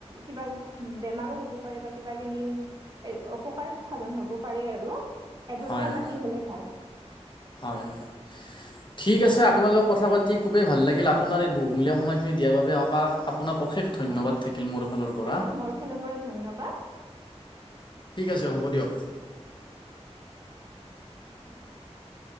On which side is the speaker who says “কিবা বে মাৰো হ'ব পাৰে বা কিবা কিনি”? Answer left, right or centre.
Right